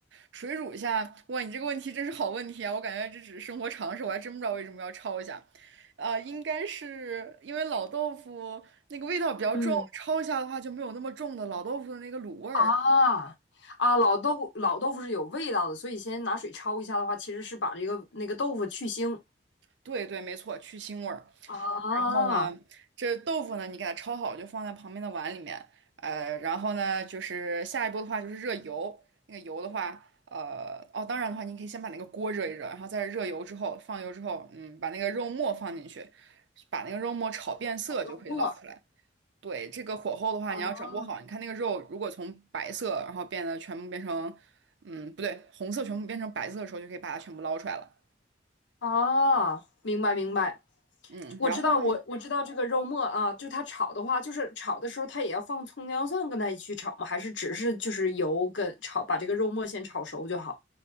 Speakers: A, on the right; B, on the left.
A: 水煮一下。哇，你这个问题真是好问题啊！我感觉这只是生活常识，我还真不知道为什么要焯一下。呃，应该是因为老豆腐那个味道比较重，
B: 嗯，
A: 焯一下的话就没有那么重的老豆腐的那个卤味儿。
B: 啊啊，老豆腐老豆腐是有味道的，所以先拿水焯一下的话，其实是把这个那个豆腐去腥。
A: 对对，没错，去腥味儿。
B: 啊，
A: 然后呢，这豆腐呢，你给它焯好，就放在旁边的碗里面。呃，然后呢，就是下一步的话就是热油。那个油的话，呃，哦，当然的话，你可以先把那个锅热一热，然后再热油之后，放油之后，嗯，把那个肉末放进去，把那个肉末炒变色就可以捞出来。
B: 好漏洞啊
A: 对，这个火候的话，
B: 啊
A: 你要掌握好。你看那个肉，如果从白色，然后变得全部变成，嗯，不对，红色全部变成白色的时候，就可以把它全部捞出来了。
B: 哦，明白明白，
A: 嗯，
B: 我知道我我知道这个肉末啊，
A: 然后呢？
B: 就它炒的话，就是炒的时候它也要放葱姜蒜跟它一起炒吗？还是只是就是油跟炒，把这个肉末先炒熟就好？